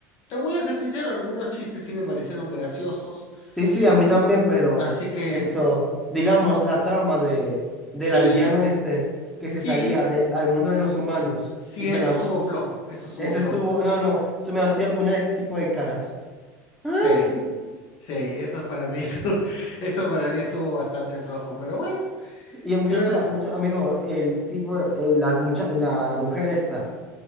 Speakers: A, on the left (about 55°); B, in the centre.
A: te voy a ser sincero, algunos chistes sí me parecieron graciosos,
B: Sí, sí,
A: ¿no?
B: a mí también, pero
A: Así que
B: esto, digamos, la trama de, del
A: sí,
B: aldeano este que se
A: sí,
B: salía de, al mundo de los humanos
A: sí,
B: y se
A: eso
B: enamoró.
A: estuvo flojo, eso estuvo
B: Eso
A: flojo.
B: estuvo, no, no, eso me hacía poner este tipo de caras. <laughs>
A: Sí, sí, eso para mí, <laughs> eso, eso para mí estuvo bastante flojo, pero bueno,
B: Y el muchacha,
A: creo,
B: mucha- amigo, el tipo, el- la, mucha- la, la mujer esta,